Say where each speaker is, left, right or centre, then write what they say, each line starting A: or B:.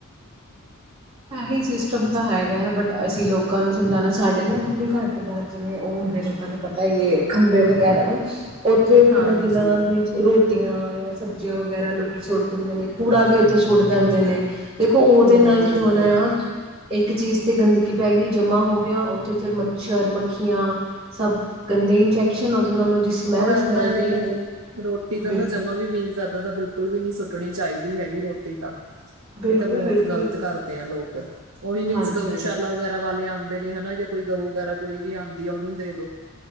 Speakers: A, on the right; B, on the right.
A: ਇਹੀ ਸਿਸਟਮ ਤਾਂ ਹੈਗਾ ਬਟ ਅਸੀਂ ਲੋਕਾਂ ਨੂੰ ਸਮਝਾਉਣਾ ਸਾਡੇ ਨਾ ਬਿਲਕੁਲ ਘਰ ਦੇ ਬਅਰ ਜਿਵੇਂ ਉਹ ਹੁੰਦੇ ਨੇ ਤੁਹਾਨੂੰ ਪਤਾ ਹੀ ਖੰਭੇ ਵਗੈਰਾ ਉੱਥੇ
B: ਹਾਂਜੀ
A: ਕਿੰਨਾ ਕਿੰਨਾ ਮੀਨਸ ਰੋਟੀਆਂ ਜਾਂ ਸਬ ਕਚੀਆਂ ਵਗੈਰਾ ਲੋਕੀ ਸੁੱਟ ਦਿੰਦੇ ਨੇ ਕੂੜਾ ਵੀ ਉੱਥੇ ਸੁੱਟ ਦਿੰਦੇ ਨੇ ਦੇਖੋ ਉਹਦੇ
B: ਹੋਰ
A: ਨਾਲ ਇੱਕ
B: ਕਿਆ
A: ਜਿਸ ਚੀਜ਼ ਤੇ ਗੰਦਗੀ ਪੈ ਗਈ ਜਮਾ ਹੋ ਗਿਆ, ਉੱਥੇ ਫਿਰ ਮੱਛਰ, ਮੱਖੀਆਂ ਸਭ ਗੰਦੇ ਇਨਫੈਕਸ਼ਨ ਨਾਲ ਉਹਦੀ ਸਮੈਲ
B: ਹੁਣ ਇਦਾਂ
A: ਸਮੈਲ
B: ਵੀ
A: ਦੇ ਨਾਲ
B: ਰੋਟੀ ਤਾਂ
A: ਬਿਲਕੁਲ
B: ਨਾ ਜਮਾਂ ਵੀ ਮੀਨਸ ਇਦਾਂ ਤਾਂ ਬਿਲਕੁਲ ਵੀ ਨਹੀਂ ਸੁੱਟਣੀ ਚਾਹੀਦੀ ਹੈਗੀ ਰੋਟੀ ਤਾਂ
A: ਬਿਲਕੁਲ
B: ਇਹ ਤਾਂ ਬਹੁਤ
A: ਬਿਲਕੁਲ
B: ਗ਼ਲਤ ਕਰਦੇ ਆ ਲੋਕ ਉਹੀ ਮੀਨਸ
A: ਹਾਂਜੀ
B: ਗਊਸ਼ਾਲਾ
A: ਹਾਂਜੀ
B: ਵਗੈਰਾ ਵਾਲੇ ਆਉਂਦੇ ਨੇ ਹਨ। ਕੋਈ ਗਊ ਵਗੈਰਾ ਕੋਈ ਵੀ ਆਉਂਦੀ ਆ ਉਹਨੂੰ ਦੇ ਦੋ